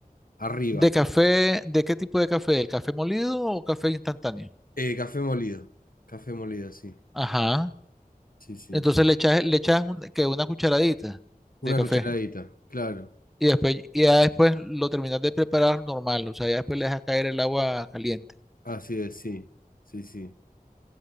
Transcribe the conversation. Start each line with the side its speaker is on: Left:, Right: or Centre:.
Left: arriba.
Centre: ¿De café, de qué tipo de café? ¿El café molido o café instantáneo?
Left: Eh, café molido. Café molido, sí.
Centre: Ajá.
Left: Sí, sí.
Centre: Entonces le echas, le echas un- que una cucharadita de
Left: Una
Centre: café
Left: cucharadita, claro.
Centre: y después, y ya después lo terminas de preparar normal, o sea, ya después le dejas caer el agua caliente.
Left: Así es, sí. Sí, sí.